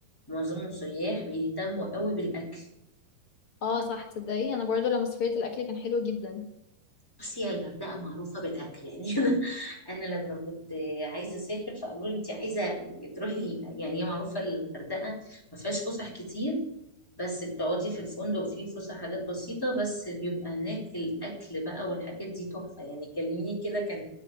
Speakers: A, in the centre; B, on the left.
A: معظمهم سياح بيهتموا قوي بالاكل
B: اه صح تصدقي انا برضو لما سافرت الاكل كان حلو جدا
A: بصي يا الغردقه معروفه بالاكل يعني <laughs> انا انا لما كنت عايزه اسافر فقالوا لي انت عايزه تروحي ال- يعني هي معروفه الغردقه ما فيهاش فسح كتير بس بتقعدي في الفندق فيه فسح حاجات بسيطه بس بيبقى هناك الاكل بقى والحاجات دي تحفه يعني كلميني كده كان